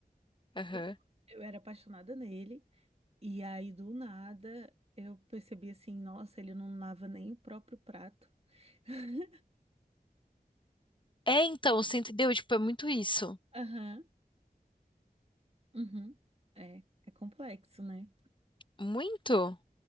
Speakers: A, on the left; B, on the right.
A: Aham.
B: Eu, eu era apaixonada nele e aí do nada eu percebi assim, nossa, ele não lava nem o próprio prato. <laughs>
A: É, então, você entendeu? Tipo, é muito isso.
B: Aham, uhum. É, é complexo, né?
A: Muito,